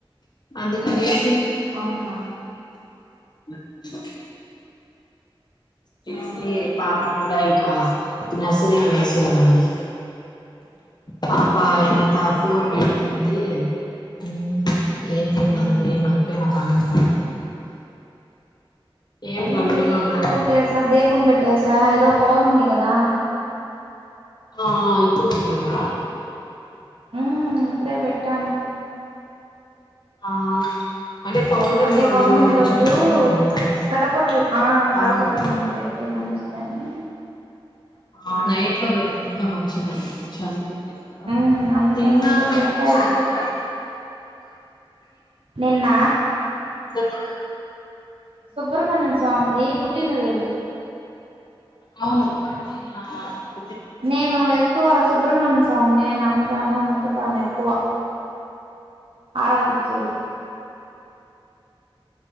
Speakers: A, on the left; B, on the right.
A: అందుకని <inaudible>
B: అవునా
A: <inaudible> చేసి
B: ఆ
A: పాప కూడా అయి ఆ నర్సరికి వేసవ అండి పాప
B: అవును
A: ఎంత ఫోర్ కెల్తుంది అయ్యేయం హ్మ్ ఏం తిన్నారు
B: మ్
A: ఏం అయిపోయిన పని ఏం
B: అయ్యింది
A: డల్ గా ఉన్నారు
B: పూజుచేసా దీపం పెట్టసా ఈరోజు పౌర్ణమి కదా
A: ఆ ఇప్పుడు పెట్టారా
B: హ్మ్ ఇప్పుడే పెట్టాను
A: ఆ అంటే పౌర్ణమి
B: అంటే
A: రోజు
B: పౌర్ణమి రోజు
A: చంద్రుడికి పెడతారా
B: గడపట్లు ఆ గడపట్
A: అవును
B: ముందు పెడితే మంచిదని
A: ఆ నైట్లో పెడత ఆ మంచిదంటడి చంద్ర దగ్గర
B: మ్ అందుకనేసే
A: తిన్నా మంచింట
B: పెట్టా ఇప్పుడు నిన్న
A: <unintelligible>
B: సుబ్రమణ్యం స్వామిది పుట్టినరోజు
A: అవును <unintelligible>
B: నేను ఎక్కువ సుబ్రమన్య సా స్వామినే నమ్ముతాను ముక్కతాను ఎక్కువ ఆరాధించేది